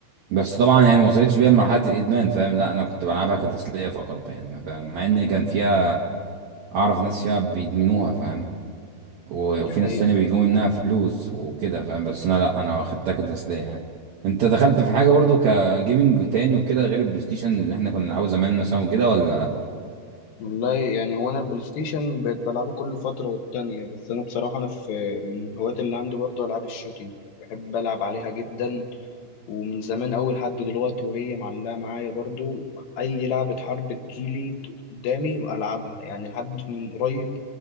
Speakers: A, on the right; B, on the left.
A: بس طبعا يعني ما وصلتش بيها لمرحلة الإدمان فاهم لا أنا كنت بلعبها كتسلية فقط يعني فاهم مع إن كان فيها أعرف ناس فيها بيدمنوها فاهم و-
B: دي
A: وفي
B: حقيقة
A: ناس تانية بيجيبوا منها فلوس وكده فاهم بس انا لا انا خدتها كتسلية يعني انت دخلت في حاجة برضو كجيمنج تاني وكده غير البلاي ستيشن اللي احنا كنا بنلعبه زمان مثلا وكده ولا لا
B: والله يعني هو انا البلاي ستيشن بقيت بلعبه كل فترة والتانية بس انا بصراحة انا في من الهوايات اللي عندي برضه العاب الشوتينج بحب العب عليها جدا ومن زمان أوي لحد دلوقتي وهي معلقة معايا برضه اي لعبة حرب تجيلي قدامي والعبها يعني لحد من قريب